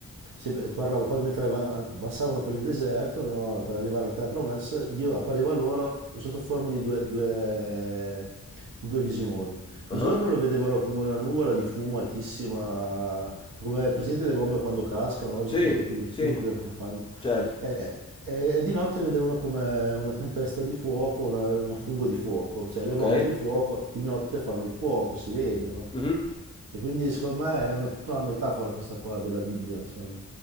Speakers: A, on the right; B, on the left.
A: se parlava, qua mentre av- passavano per il deserto, no, per arrivare alla terra promessa, Dio appariva loro sotto forma di due, due- di due visioni.
B: Ah,
A: Di giorno lo vedevano come una nuvola di fumo altissima, come presente le bombe quando cascano oggi,
B: Sì,
A: che, che il fumo
B: sì,
A: che, che fanno.
B: certo.
A: Eh, e, e di notte vedevano come una tempesta di fuoco, una, una fungo di fuoco, cioè le
B: Ok.
A: bombe di fuoco di notte fanno il fuoco, si vedono.
B: Mhm.
A: E quindi secondo me è una- tutta una metafora questa qua della Bibbia, insomma,